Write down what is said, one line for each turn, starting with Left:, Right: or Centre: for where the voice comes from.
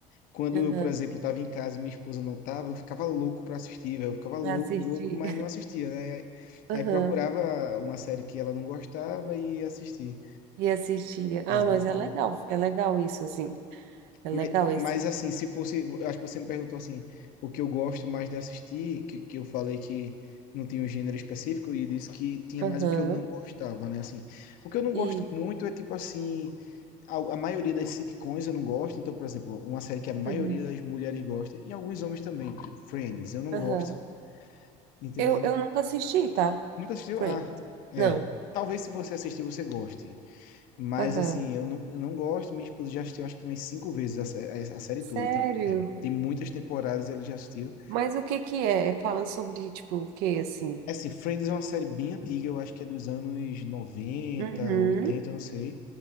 Left: quando
Right: Aham.
Left: eu, por exemplo, estava em casa e minha esposa não estava, eu ficava louco para assistir, velho. Eu ficava louco,
Right: Assisti.
Left: louco, mas não assistia, né? Aí,
Right: Aham.
Left: aí procurava uma série que ela não gostava e assistia.
Right: E assistia.
Left: Exatamente.
Right: Ah, mas é legal. É legal isso, assim. É legal
Left: Mas,
Right: esse.
Left: mas assim, se fosse, eu acho que você me perguntou assim, o que eu gosto mais de assistir, que, que eu falei que não tinha um gênero específico e disse que tinha
Right: Aham.
Left: mais o que eu não gostava, né? Assim, o que eu não
Right: E.
Left: gosto muito é tipo assim, a, a maioria das sitcoms eu não gosto. Então, por exemplo, uma série que a maioria
Right: Uhum.
Left: das mulheres gosta, e alguns homens também, tipo Friends, eu não
Right: Aham.
Left: gosto, entendendo?
Right: Eu, eu nunca assisti, tá?
Left: Nunca assistiu?
Right: Friends.
Left: Ah, é.
Right: Não.
Left: Talvez se você assistir, você goste. Mas,
Right: Aham.
Left: assim, eu não, eu não gosto. Minha esposa já assistiu, acho que umas cinco vezes a, sé- a série
Right: Sério?
Left: toda. Tem, é, tem muitas temporadas e ela já assistiu.
Right: Mas o que que é? É falando sobre, tipo, o quê, assim?
Left: É assim, Friends é uma série bem antiga, eu acho que é dos anos noventa,
Right: Uhum.
Left: 80, não sei.